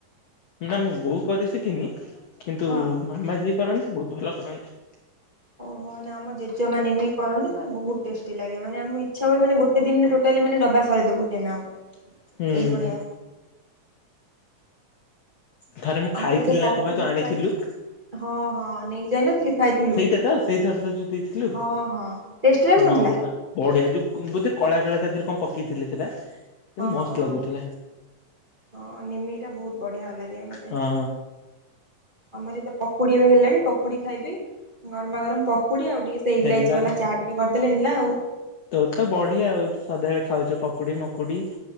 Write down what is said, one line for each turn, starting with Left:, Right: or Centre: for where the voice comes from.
Left: ନା ମୋ ବୋଉ କରି ଶିକିନି କିନ୍ତୁ
Right: ହଁ।
Left: ମାମା ଯିଏ କରନ୍ତି ବୋହୁତ୍ ଭଲ କରନ୍ତି।
Right: ଓହୋ ନା ଆମ ଜେଜ ମାନେ ଏମିତି କରନ୍ତି ମାନେ ବୋହୁତ୍ ଟେଷ୍ଟି ଲାଗେ ମାନେ ଆମ ଇଛା ଛୁଆ ବେଳେ ମାନେ ଗୋଟେ ଦିନିରେ ଟୋଟାଲି ମାନେ ଡବା ସରେଇ ଦୋବୁ <unintelligible> ଆଉ।
Left: ହୁଁ।
Right: ଏଇଭଳିଆ।
Left: ଥରେ ମୁଁ
Right: ଆମର
Left: ଖାଇଥିଲି
Right: ଏବେ ପକୁଡି
Left: ନା କଁ ପା ତୁ
Right: ଏଠି
Left: ଆଣିଥିଲୁ?
Right: ଚାଲିଛି ହଁ ହଁ ନେଇକି ଯାଇନଥିଲି। ଖାଇଥିଲୁ
Left: ସେଇଟା ତ ସେଇଥର ତ ଯୋଉ ଦେଇଥିଲୁ
Right: ହଁ ହଁ ଟେଷ୍ଟି ଲାଗୁନଥିଲା
Left: ହଁ ନା ବଢ଼ିଆ ଯୋଉ ଗୁମ୍ ବୋଧେ କଳା କଳା ତା ଦେହେରେ କଣ ପକେଇଥିଲେ ସେଟା। କିନ୍ତୁ
Right: ହଁଁ
Left: ମସ୍ତ ଲାଗୁଥିଲା
Right: ହଁ ନିମିକି ଟା ବୋହୁତ ବଢ଼ିଆ ଲାଗେ ମତେ।
Left: ହଁ
Right: ଆମର ଏଇତ ପକୁଡି ଏବେ ହେଲାଣି ପକୁଡି ଖାଇବି ଗରମା ଗରମ ପକୁଡି ଆଉ ଟିକେ ସେ ଇଲାଇଚି
Left: ହେଲା
Right: ବାଲା
Left: ଆଉ
Right: ଚାହା ଟିକେ କରିଦେଲେ ହେଲା ଆଉ।
Left: ତୋର ତ ବଢିଆ ଆଉ ସଦାବେଳେ ଖାଉଛୁ ପକୁଡି ମକୁଡି